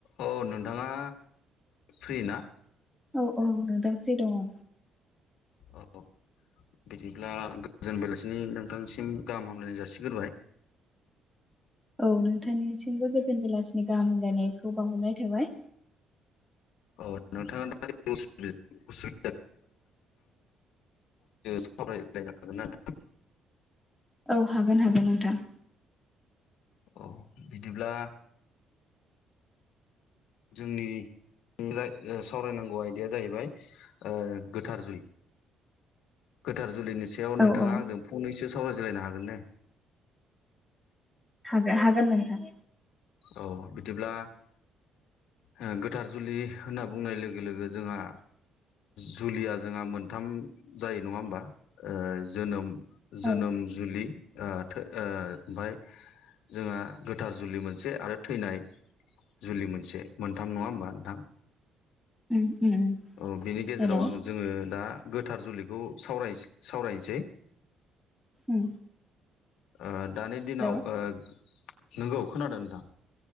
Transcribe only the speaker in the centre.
औ औ नोंथां फ्रि दङ।
औ नोंथांनिसिमबो गोजोन बेलासिनि गाहाम हामलायनायखौ बावाहरनाय थाबाय।
औ हागोन हागोन नोंथां।
औ औ
हागो हागोन नोंथां।
औ
उम। उम उम
हेलौ
उम
हेलौ